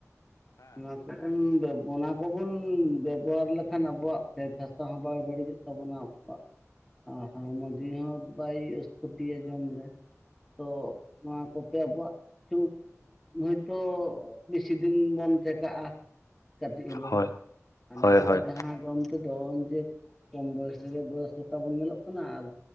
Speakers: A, in the centre; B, on the left (about 85°).
A: ᱚᱱᱟ ᱠᱚᱵᱚᱱ ᱚᱱᱟ ᱠᱚᱵᱚᱱ ᱵᱮᱵᱚᱦᱟᱨ ᱞᱮᱠᱷᱟᱱ ᱟᱵᱚᱣᱟᱜ ᱠᱷᱮᱛ ᱦᱟᱥᱟ ᱚᱠᱟ ᱦᱚᱸ ᱵᱟᱭ ᱵᱟᱹᱲᱤᱡᱚᱜ ᱛᱟᱵᱚᱱᱟ ᱟᱵᱚᱣᱟᱜ᱾ ᱟᱨ ᱦᱚᱲ ᱢᱚᱡᱤ ᱦᱚᱸ ᱵᱟᱭ ᱩᱥᱯᱚᱛᱤᱭᱟ ᱡᱚᱢ ᱨᱮ ᱾ ᱛᱚ ᱱᱚᱣᱟ ᱠᱚᱛᱮ ᱟᱵᱚᱣᱟᱜ ᱠᱤᱪᱷᱩ᱾᱾ ᱦᱚᱭᱛᱚ ᱵᱮᱥᱤ ᱫᱤᱱ ᱵᱚᱱ ᱴᱷᱮ ᱠᱟᱜᱼᱟ ᱠᱟᱹᱴᱤᱡ ᱦᱳᱞᱳ
B: ᱦᱳᱭ
A: ᱟᱨ
B: ᱦᱳᱭ
A: ᱦᱮᱛᱳᱜᱟᱜ
B: ᱦᱳᱭ
A: ᱡᱟᱦᱟᱸ ᱡᱚᱢᱼᱼ ᱦᱮᱛᱳᱜ ᱫᱚ ᱡᱮ ᱠᱚᱢ ᱵᱚᱭᱮᱥ ᱨᱮᱜᱮ ᱵᱚᱭᱚᱥ ᱞᱮᱠᱟ ᱵᱚᱱ ᱧᱮᱞᱚᱜ ᱠᱟᱱᱟ ᱟᱨᱼᱼ